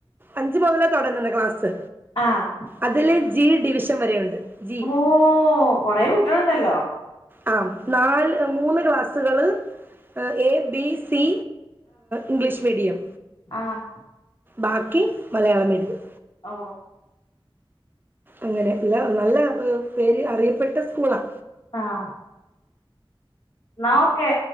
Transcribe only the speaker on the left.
ആഹ
ഓ കൊറെ കുട്ടിയളുണ്ടല്ലോ
ആഹ്
ഓ
ആഹ ന്നാഒക്കെ